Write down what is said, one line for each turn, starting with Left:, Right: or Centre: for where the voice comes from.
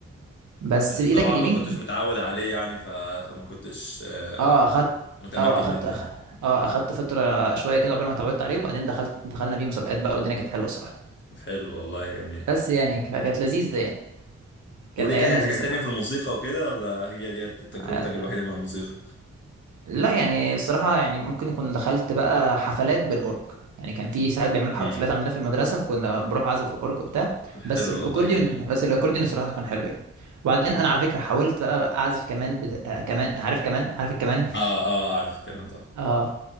Right: بس
Left: بس
Right: بايدك
Left: طبعا
Right: اليمين
Left: ما كنتش متعود عليه يعني ف... فما كنتش آه
Right: اه اخدت
Left: متمكن
Right: اه اخدت
Left: مني
Right: أخ...
Left: يعني.
Right: اه اخدت فترة شوية كده قبل ما اتعودت عليه وبعدين دخلت دخلنا بيه مسابقات بقى والدنيا كانت حلوة الصراحة
Left: حلو والله جميل
Right: بس يعني ك- كانت لذيذة يعني كانت
Left: وليك
Right: ايام
Left: اي
Right: لذيذة
Left: حاجات
Right: الصراحة
Left: تانية في الموسيقى وكده ولا هي دي تجربتك
Right: آه،
Left: الوحيدة مع الموسيقى
Right: لا يعني الصراحة يعني ممكن كنت دخلت بقى حفلات بالأورج يعني كان في ساعات بيعملوا حفلات
Left: امم
Right: عندنا في المدرسة فكنا بروح أعزف أورج وبتاع بس
Left: حلو
Right: الأكورديون
Left: والله جميل
Right: بس الأكورديون الصراحة كان حلو يعني وبعدين أنا على فكرة حاولت بقى أعزف كمان بت... آه كمان عارف كمان عارف الكمان
Left: اه اه عارف الكلام طبعا
Right: <laughs>